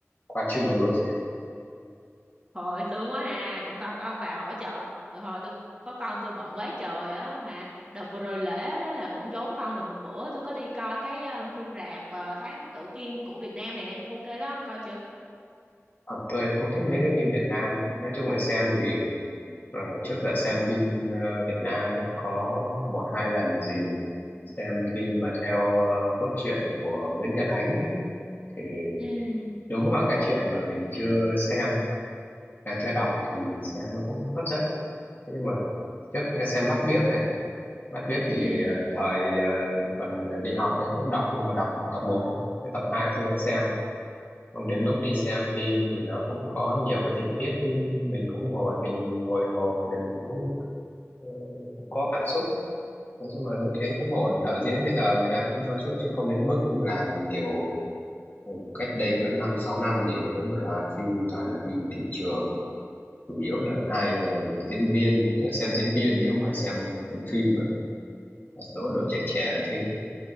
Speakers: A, on the left (about 40°); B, on the right (about 20°).
A: qua trưa luôn.
B: hồi thương quá à cũng còn có ông bà hỗ trợ tụi hồi tôi có con tôi bận quá trời á mà đợt vừa rồi lễ đó là cũng trốn con được một bữa tôi có đi coi cái ờ, phim rạp ờ, Thám Tử Kiên của Việt Nam nè cũng ok lắm ông coi chưa
A: Ờ, tôi lại không thích mấy cái phim Việt Nam ấy. Nói chung là xem thì ờ, trước giờ xem phim ờ, Việt Nam ấy, có một hai lần gì xem phim mà theo ờ, cốt truyện của Nguyễn Nhật Ánh ấy, thì
B: ừ
A: đúng vào cái chuyện mà mình chưa xem à, chưa đọc thì xem nó cũng hấp dẫn thế nhưng mà trước xem Mắt Biếc này Mắt Biếc thì
B: ừ
A: ờ, thời ờ, còn đi học ấy cũng đọc nhưng mà đọc tập một thôi cái tập 2 chưa xem Xong đến lúc đi xem phim thì nó cũng có nhiều cái tình tiết mình cũng ngồi mình hồi hộp rồi mình cũng, ờ, cũng có cảm xúc nói chung là thấy cũng ổn đạo diễn bây giờ người ta cũng cho suốt chứ không đến mức làm kiểu ừ, cách đây có năm sáu năm thì nó thấy một loạt phim toàn là phim thị trường chủ yếu là ai là diễn viên tức là xem diễn viên chứ không phải xem phần phim nữa một số
B: ừ
A: đội trẻ trẻ nó thích